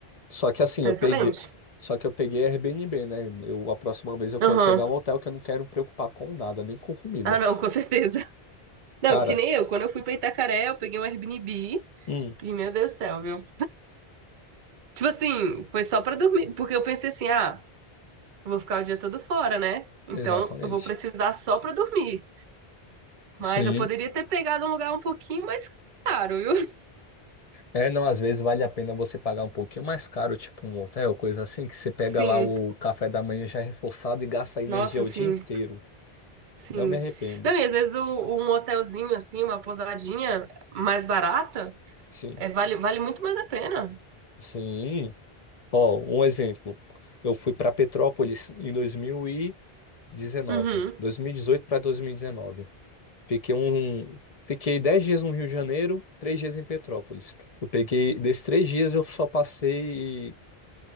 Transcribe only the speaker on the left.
Só que assim,
eu
peguei. Só que eu peguei Airbnb, né? Eu, a próxima vez eu
quero pegar um hotel que eu não quero me preocupar com nada, nem com comida.
Cara,
hum,
exatamente.
Sim.
É, não, às vezes vale a pena você pagar um pouquinho mais caro, tipo um hotel, coisa assim, que você pega
lá o café da manhã já reforçado e gasta energia
o
dia inteiro.
Não me arrependo.
Sim.
Sim. Ó, um exemplo. Eu fui para Petrópolis em dois dois mil mil e dezenove,
dois mil e dezoito para 2019. Fiquei um, fiquei 10 dias no Rio de Janeiro, três dias em Petrópolis. Eu peguei, desses três dias eu só passei,